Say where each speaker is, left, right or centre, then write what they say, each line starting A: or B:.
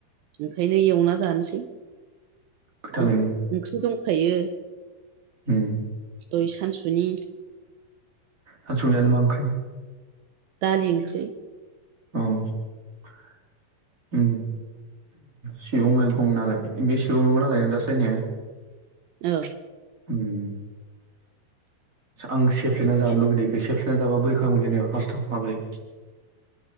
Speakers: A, on the right; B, on the right.
A: ओंखायनो एवना जानोसै
B: गोथाङैनो
A: ओं ओंख्रि दंखायो
B: उम
A: दइ सानसुनि
B: दा संनायालाय मा ओंख्रि
A: दालि
B: औ
A: ओंख्रि
B: <inaudible> उम सिगं मैगं नालाय? बे सिगुं मैगं नालाय दा नों सायनाया
A: औ
B: उम आं सेफ्ले जानो लुबैनायखौ सेफ्लेना जाबा बोरै खालाम मोन जेननायाव फार्टआव माबोरै